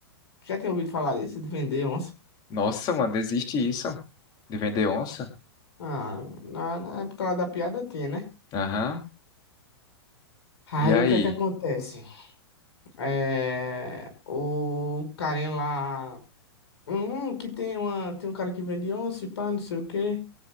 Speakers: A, on the left (about 85°); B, on the left (about 30°).
A: Já tem ouvido falar disso, de vender onça?
B: Nossa, mano, existe isso? De vender onça?
A: Ah, na, na época lá da piada tinha, né?
B: Aham.
A: Aí
B: E aí?
A: o que é que acontece? É, o carinha lá. Hum, que tem uma. Tem um cara que vende onça, e pá, não sei o quê.